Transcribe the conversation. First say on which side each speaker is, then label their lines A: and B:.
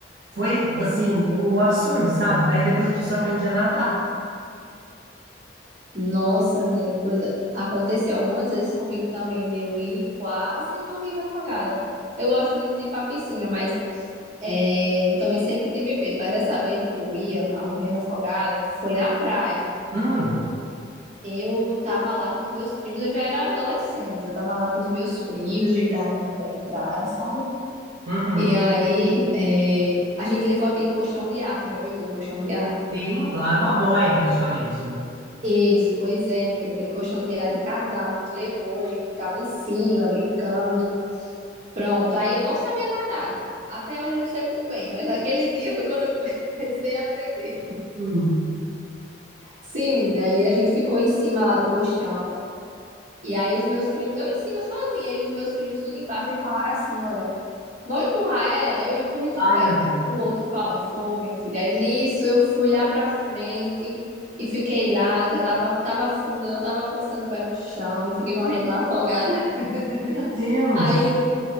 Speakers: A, on the right (about 75°); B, on the right (about 45°).
A: Foi, assim, um, um absurdo, sabe? Daí depois disso eu aprendi a nadar.
B: Nossa, menina, que coisa. Aconteceu algumas vezes comigo também, de eu ir quase morrendo afogada. Eu gosto muito de ir pra piscina, mas é, eu também sempre tive medo. Mas essa vez que eu ia a morrendo afogada, foi na praia.
A: Hum,
B: Eu tava lá com os meus primos, eu já era adolescente. Eu tava lá com os meus primos, a gente tava tomando banho de praia, sabe?
A: uhum.
B: E aí, é, a gente levou aquele colchão de ar. Tu já viu aquele colchão de ar?
A: Sim, claro, uma boia praticamente, né?
B: Isso, pois é, minha filha, aquele colchão de, de casal, a gente levou, a gente ficava em cima, brincando. Pronto, aí eu não sabia nadar. Até hoje eu não sei muito bem, mas aquele dia foi quando eu <laughs> comecei a aprender.
A: Hum.
B: Sim, menina, aí a gente ficou em cima lá do colchão. E aí os meus primos, eu em cima sozinha, e os meus primos tudo embaixo, e falaram assim: olha. Vão empurrar ela, eu empurro e tu
A: Ai,
B: pega.
A: meu Deus.
B: O outro falando, foi, minha filha. Aí nisso eu fui lá pra frente e fiquei lá, já tava, tava fundo, eu não tava alcançando o pé no chão e fiquei morrendo lá afogada. <laughs>
A: Meu Deus,
B: Aí um